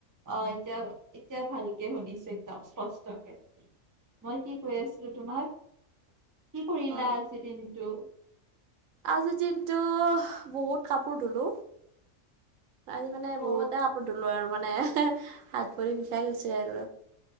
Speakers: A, on the right (about 20°); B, on the right (about 75°).
A: অ এতিয়া এতিয়া ভালকে শুনিছো একদম স্পষ্টকে। মই কি কৈ আছিলো তোমাক? কি কৰিলা
B: অ
A: আজিৰ দিনটো?
B: আজিৰ দিনটো বহুত কাপোৰ ধুলো। আজি মানে
A: অ
B: বহুতা ধুলো আৰু মানে হাত ভৰি বিষাই গৈছে আৰু